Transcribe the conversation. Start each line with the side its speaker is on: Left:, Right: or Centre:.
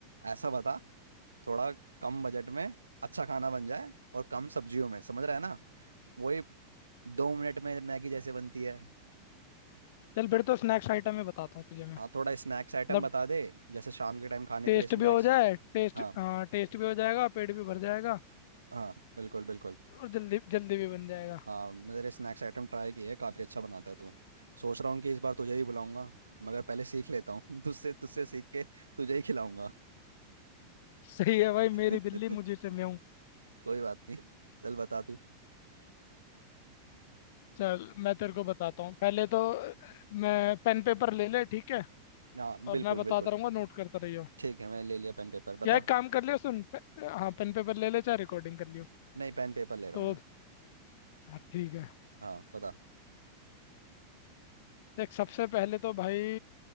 Right: ऐसा बता थोड़ा कम बजट में अच्छा खाना बन जाए और कम सब्जियों में समझ रहा है ना वही दो मिनट में मैगी जैसे बनती है
Left: चल फिर तो स्नैक्स आइटम में बताता हूँ तुझे मैं
Right: हाँ थोड़ा स्नैक्स
Left: मतलब
Right: आइटम बता दे जैसे शाम के टाइम खाने
Left: टेस्ट
Right: के लिए स्नैक्स
Left: भी हो जाए टेस्ट
Right: हाँ
Left: हाँ टेस्ट भी हो जाएगा पेट भी भर जाएगा
Right: हाँ बिल्कुल बिल्कुल
Left: और जल्दी जल्दी भी बन जाएगा
Right: हाँ मेरे स्नैक्स आइटम ट्राई किए हैं काफ़ी अच्छा बनाता है तू सोच रहा हूँ कि इस बार तुझे ही बुलाऊंगा मगर पहले सीख लेता हूँ <laughs> तुझसे तुझसे सीख के तुझे ही खिलाऊंगा
Left: सही है भाई
Right: <laughs>
Left: मेरी बिल्ली मुझे से मैं हूँ
Right: कोई बात नहीं चल बता तू
Left: चल मैं तेरे को बताता हूँ पहले तो अ, मैं पेन पेपर ले ले ठीक है
Right: हाँ
Left: और
Right: बिल्कुल
Left: मैं बताता
Right: बिल्कुल
Left: रहूंगा नोट करता रहियो
Right: ठीक है मैं ले लिया पेन पेपर बता
Left: या एक काम कर लियो सुन पे, हाँ पेन पेपर ले ले चाहे रिकॉर्डिंग कर लियो
Right: नहीं पेन पेपर ले रहा
Left: तो
Right: हूँ मैं
Left: हाँ ठीक है
Right: हाँ बता
Left: देख सबसे पहले तो भाई